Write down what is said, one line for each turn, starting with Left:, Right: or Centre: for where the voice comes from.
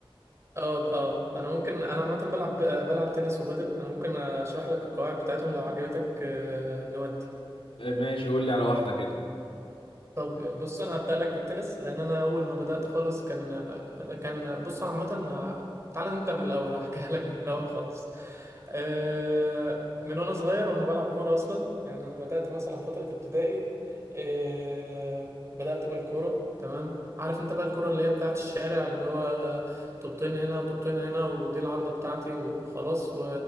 Right: اه اه انا ممكن انا عامه بلعب آه، بلعب تنس وبادل انا ممكن اشرح لك القواعد بتاعتهم لو عجبتك آه، نودي
Left: آه، ماشي قول لي على واحدة كده
Right: طب بص انا هبدأ لك بالتنس لان انا اول ما بدأت خالص كان كان بص انا عامة ه- تعال نبدأ من الاول <laughs> هحكيها لك من الاول خالص آه، من وانا صغير وانا بلعب كورة اصلا يعني انا بدأت مثلا فترة ابتدائي آه، بدأت بالكورة تمام عارف انت بقى الكورة اللي هي بتاعت الشارع اللي هو طوبتين هنا وطوبتين هنا ودي العارضة بتاعتي وخلاص و...